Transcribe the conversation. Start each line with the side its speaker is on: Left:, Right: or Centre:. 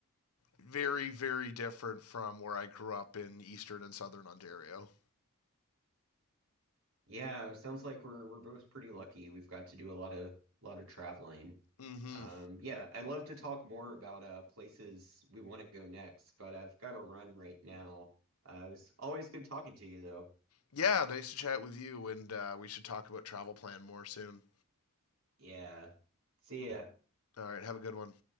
Left: very very different from where I grew up in eastern and southern Ontario.
Right: Yeah, sounds like we're we're both pretty lucky. We've got to do a lot of lot of traveling.
Left: Mm-hmm.
Right: Um, yeah, I'd love to talk more about uh, places we want to go next, but I've got to run right now. Uh, it was always good talking to you, though.
Left: Yeah, nice to chat with you, and uh, we should talk about travel plan more soon.
Right: Yeah. See ya.
Left: All right, have a good one.